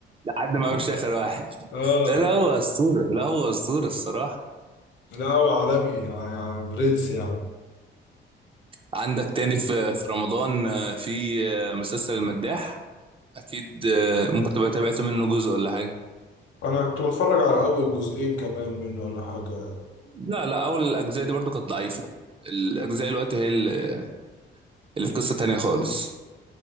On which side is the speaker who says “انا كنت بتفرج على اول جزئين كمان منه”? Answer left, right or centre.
Left